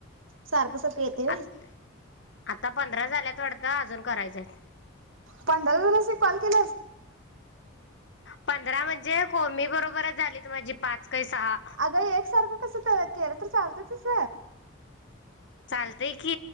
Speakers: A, on the right (about 75°); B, on the left (about 60°).
A: सारखं सारखं येते व्हय
B: आता आता पंधरा झाल्यात वाडतं अजून करायच आहेत
A: पंधरा जाणासनी कॉल केल
B: पंधरा म्हणजे कोमी बरोबरच झाली माझी पाच काही सहा
A: अगं एकसारखं कसं केलं तर चालत कस
B: चालतंय कि